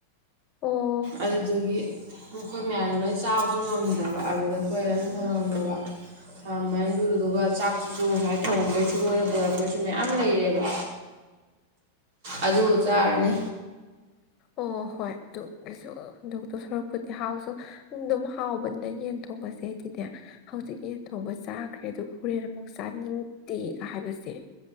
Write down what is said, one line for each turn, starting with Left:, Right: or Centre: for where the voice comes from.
Left: ꯑꯣ
Right: ꯑꯗꯨꯗꯨꯒꯤ ꯑꯩꯈꯣꯏ ꯃꯌꯥꯝꯅ ꯂꯣꯏ ꯆꯥꯕꯁꯨ ꯉꯝꯗ꯭ꯔꯕ ꯑꯗꯨꯗ ꯑꯩꯈꯣꯏ ꯑꯗꯨꯝ ꯊꯉꯝꯃꯕ ꯊꯝꯃ ꯑꯗꯨꯗꯨꯒ ꯆꯥꯛꯇꯨꯁꯨ ꯉꯁꯥꯏ ꯊꯣꯡꯕꯩꯁꯨ ꯃꯣꯏꯅ ꯄꯨꯔꯛꯄꯩꯁꯨ ꯃꯌꯥꯝ ꯂꯩꯔꯦꯕ ꯑꯗꯨ ꯆꯥꯔꯅꯤ
Left: ꯑꯣ ꯍꯣꯏ ꯑꯗꯨ ꯀꯩꯁꯨ ꯍꯨꯟꯗꯣꯛꯇꯣ ꯁꯨꯔꯛꯄꯨꯗꯤ ꯍꯥꯎꯁꯨ ꯑꯗꯨꯝ ꯍꯥꯎꯕꯅꯤꯅ ꯌꯦꯟ ꯊꯣꯡꯕꯁꯦ ꯑꯩꯗꯤꯅꯦ ꯍꯧꯖꯤꯛꯀꯤ ꯊꯣꯡꯕ ꯆꯥꯛ ꯀꯈ꯭ꯔꯦ ꯑꯗꯨꯒ ꯍꯣꯔꯦꯟ ꯑꯃꯨꯛ ꯆꯥꯅꯤꯡꯗꯦꯒ ꯍꯥꯏꯕꯁꯦ